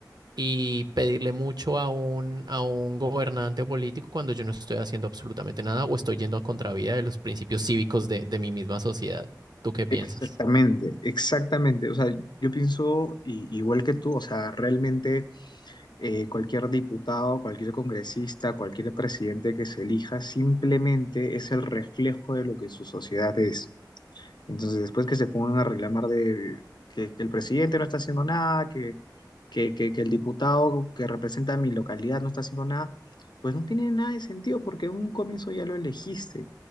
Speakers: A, on the right; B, on the left.
A: y pedirle mucho a un, a un gobernante o político cuando yo no estoy haciendo absolutamente nada o estoy yendo a contravía de los principios cívicos de, de mi misma sociedad. ¿Tú qué piensas?
B: Exactamente, exactamente. O sea, yo pienso i- igual que tú, o sea, realmente eh, cualquier diputado, cualquier congresista, cualquier presidente que se elija, simplemente es el reflejo de lo que su sociedad es. Entonces, después que se pongan a reclamar de que, que el presidente no está haciendo nada, que, que, que, que el diputado que representa mi localidad no está haciendo nada, pues no tiene nada de sentido porque en un comienzo ya lo elegiste.